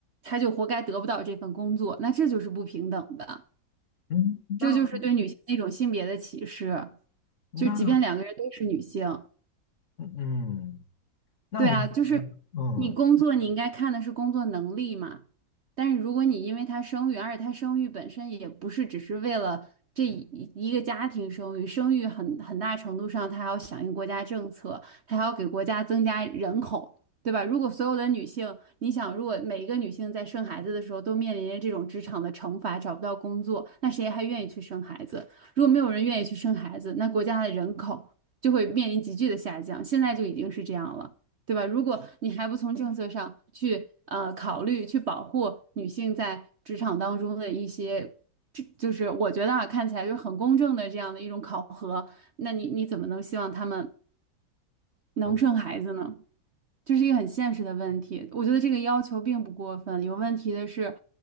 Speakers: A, on the right; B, on the left.
A: 她就活该得不到这份工作，那这就是不平等的。
B: 嗯，
A: 这就是对女性的一种性别的歧视。
B: 那那
A: 就即便两个人都是女性，
B: 嗯嗯那您觉得嗯
A: 对啊，就是你工作，你应该看的是工作能力嘛。但是如果你因为她生育，而且她生育本身也不是只是为了这一一个家庭生育，生育很很大程度上她还要响应国家政策，他还要给国家增加人口，对吧？如果所有的女性，你想，如果每一个女性在生孩子的时候都面临着这种职场的惩罚，找不到工作，那谁还愿意去生孩子？如果没有人愿意去生孩子，那国家的人口就会面临急剧的下降，现在就已经是这样了。对吧？如果你还不从政策上去呃考虑去保护女性在职场当中的一些，这就是我觉得啊看起来就是很公正的这样的一种考核，那你你怎么能希望他们能生孩子呢？
B: 嗯，
A: 这是一个很现实的问题。我觉得这个要求并不过分，有问题的是，